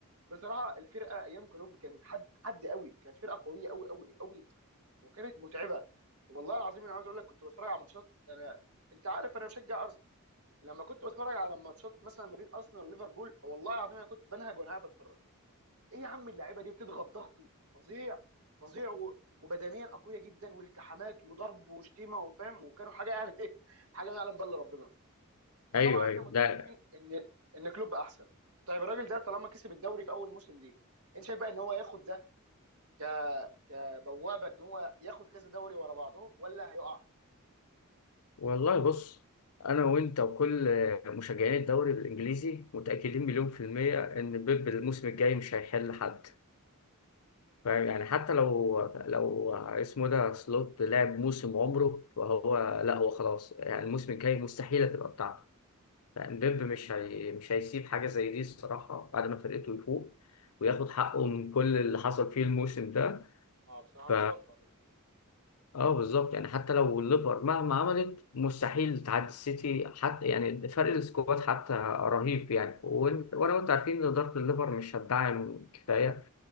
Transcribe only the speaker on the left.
ايوه
ايوه
ده
والله بص انا وانت وكل مشجعين الدوري الانجليزي متاكدين مليون في الميه ان بيب الموسم الجاي مش هيحل حد
فاهم يعني حتى لو لو اسمه ده سلوت لعب موسم عمره فهو لا هو خلاص يعني الموسم الجاي مستحيل هتبقى بتاعته فاهم بيب مش هي مش هيسيب حاجه زي دي الصراحه بعد ما فرقته يفوق وياخد حقه من كل اللي حصل فيه الموسم ده
ف
اه بالظبط يعني حتى لو الليفر مهما عملت مستحيل تعدي السيتي حتى يعني فرق السكواد حتى رهيب يعني وإن- وانا وانت عارفين ان اداره الليفر مش هتدعم كفايه